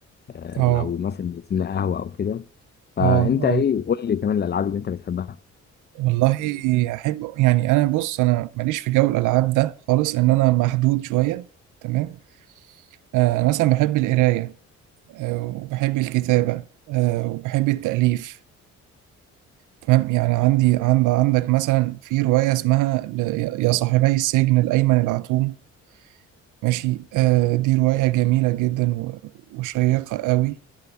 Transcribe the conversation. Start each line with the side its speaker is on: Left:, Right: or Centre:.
Left: آه،
Right: اه
Left: لو مثلا نزلنا قهوة أو كده فانت
Right: اه اه
Left: ايه قول لي كمان الالعاب اللي انت بتحبها
Right: والله احب يعني انا بص انا ماليش في جو الالعاب ده خالص ان انا محدود شوية تمام آه، انا مثلا بحب القراية آه، وبحب الكتابة آه، وبحب التأليف تمام يعني عندي عند عندك مثلا في رواية اسمها ل- يا صاحبي السجن الأيمن العتوم ماشي آه، دي رواية جميلة جدا و- وشيقة قوي